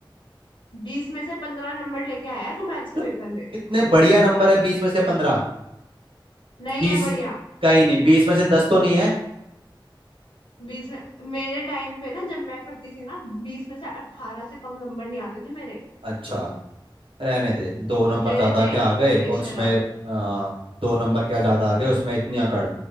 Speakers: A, on the left; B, on the right.
A: बीस में से पंद्रह नंबर लेके आया तू मैथ्स के
B: मतलब
A: पेपर में
B: कितने बढ़िया नंबर है बीस में से पंद्रह
A: नहीं
B: बीस
A: है बढ़िया
B: का ही नहीं बीस में से दस तो नहीं है
A: बीस में मेरे टाइम पे ना जब मैं पढ़ती थी ना बीस में से अट्ठारह से कम नंबर नहीं आते थे मेरे
B: अच्छा रहने दे दो नंबर
A: और तेरे
B: ज्यादा
A: देख
B: क्या आ गए
A: बेशरम
B: और उसमें आ, दो नंबर क्या ज्यादा आ गए उसमें इतनी अकड़